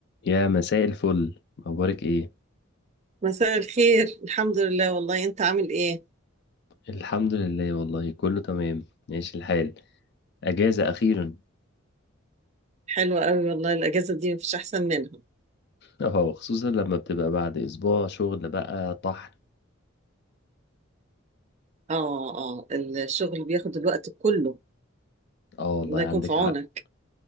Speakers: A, on the left (about 55°); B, on the right (about 35°).
A: يا مساء الفل اخبارك ايه
B: مساء الخير الحمد لله والله انت عامل ايه
A: الحمد لله والله كله تمام ماشي الحال اجازه اخيرا
B: حلوة قوي والله الاجازة دي مفيش احسن منها
A: اه خصوصا لما بتبقى بعد اسبوع شغل بقى طحن
B: اه اه الشغل بياخد الوقت كله
A: اه والله
B: الله
A: عندك
B: يكون في عونك
A: حق